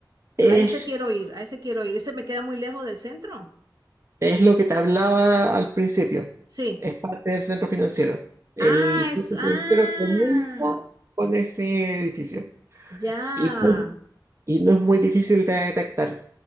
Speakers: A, on the right; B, on the right.
A: es,
B: A ese quiero ir, a ese quiero ir. ¿Ese me queda muy lejos del centro?
A: es lo que te hablaba al principio.
B: Sí.
A: Es parte del centro financiero. El
B: Ah, es.
A: centro
B: Ah,
A: financiero comienza con ese edificio.
B: ya.
A: Y, pum, y no es muy difícil de detectar,